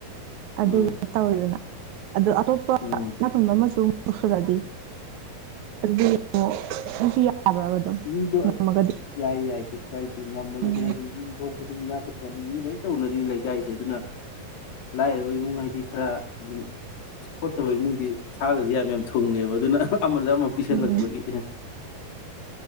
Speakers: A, on the right; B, on the left.
A: ꯑꯗꯨꯒ
B: ꯎꯝ
A: ꯇꯧꯔꯦꯗꯅ ꯑꯗꯣ ꯑꯇꯣꯞꯄ
B: ꯎꯝ
A: ꯏꯅꯥꯈꯨꯟꯕ ꯑꯃꯁꯨꯡꯨ ꯇꯧꯁꯟꯂꯥꯗꯤ ꯑꯗꯨꯗꯤ ꯑꯣ ꯅꯪꯁꯨ ꯌꯥꯕ꯭ꯔꯥꯕ ꯑꯗꯣ
B: ꯃꯤꯗꯣ
A: ꯉꯝꯃꯒꯗꯤ
B: ꯌꯥꯏ ꯌꯥꯏ ꯀꯩꯁꯨ ꯀꯥꯏꯗꯦ ꯉꯝꯃꯒꯗꯤ
A: ꯎꯝ
B: ꯍꯥꯏꯗꯤ ꯌꯨꯝꯊꯣꯡ ꯈꯨꯗꯤꯒꯤ ꯏꯅꯥꯛ <inaudible> ꯃꯤ ꯂꯣꯏꯅ ꯇꯧꯅꯔꯤꯅꯤ ꯂꯩꯀꯥꯏꯁꯦ ꯑꯗꯨꯅ ꯂꯥꯏꯔꯕ ꯏꯃꯨꯡ ꯍꯥꯏꯗꯤ ꯈꯔ ꯑꯗꯨꯝ ꯈꯣꯠꯇꯕ ꯏꯃꯨꯡꯗꯤ ꯁꯥꯒꯁꯦ ꯌꯥꯝ ꯌꯥꯝ ꯊꯨꯡꯉꯦꯕ ꯑꯗꯨꯅ ꯑꯃꯗ ꯑꯃ ꯄꯤꯁꯜꯂꯛꯄꯒꯤ
A: ꯎꯝ ꯎꯝ